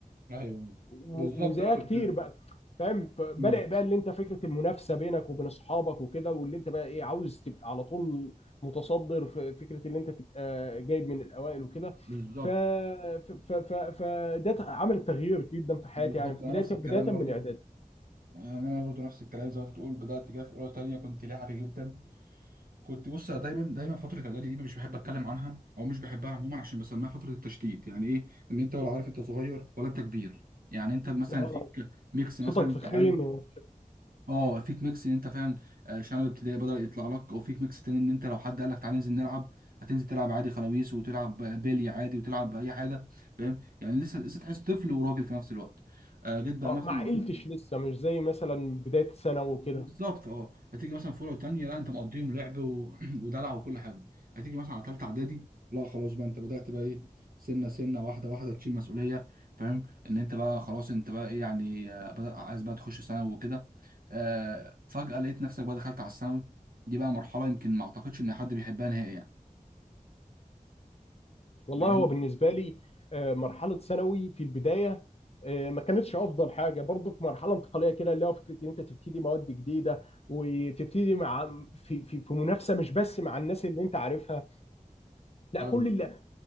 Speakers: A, on the right (about 85°); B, on the left (about 45°).
A: ايوه
B: وزيها
A: بالظبط انا كنت
B: كتير بقى فاهم فبدأ
A: مم.
B: بقى اللي انت فكره المنافسه بينك وبين اصحابك وكده واللي انت بقى ايه عاوز تبقى على طول متصدر في فكره اللي انت تبقى جايب من الاوائل وكده
A: بالظبط
B: ف ف ف ف فده ت- عمل تغيير جدا في حياتي
A: بالظبط
B: يعني في
A: انا
B: بدايه
A: نفس الكلام
B: بدايه
A: برضو
B: من اعدادي
A: انا برضو نفس الكلام زي ما انت بتقول بدات كده في اولى وثانيه كنت لاعبي جدا كنت بص دايما دايما فتره اعدادي دي مش بحب اتكلم عنها او مش بحبها عموما عشان بسميها فتره التشتيت يعني ايه ان انت ولا عارف انت صغير ولا انت كبير يعني انت مثلا
B: آه،
A: فيك ميكس
B: صوتك
A: مثلا انت
B: فخين
A: عايز
B: و...
A: اه فيك ميكس ان انت فعلا آه، شنب ابتدائي بدأ يطلع لك او فيك ميكس تاني ان انت لو حد قال لك تعالى ننزل نلعب هتنزل تلعب عادي خلاويص وتلعب بيلي عادي وتلعب اي حاجه فاهم يعني لسه لسه تحس طفل وراجل في نفس الوقت آه، جيت بقى
B: آه،
A: مثلا
B: ما عقلتش لسه مش زي مثلا بدايه ثانوي وكده
A: بالظبط اه هتيجي مثلا في اولى وثانيه لا انت مقضيهم لعب و... <clears throat> ودلع وكل حاجه هتيجي مثلا على ثالثه اعدادي لا خلاص بقى انت بدات بقى ايه سنه سنه واحده واحده تشيل مسؤوليه فاهم ان انت بقى خلاص انت بقى ايه يعني آه، بدأ عايز بقى تخش ثانوي وكده آه فجاه لقيت نفسك بقى دخلت على الثانوي دي بقى مرحله يمكن ما اعتقدش ان حد بيحبها نهائي يعني
B: والله
A: يعني
B: هو بالنسبة لي آه، مرحلة ثانوي في البداية آه، ما كانتش أفضل حاجة برضك مرحلة انتقالية كده اللي هو فكرة إن أنت تبتدي مواد جديدة وتبتدي مع في في في منافسة مش بس مع الناس اللي أنت عارفها لا
A: ايوه
B: كل اللي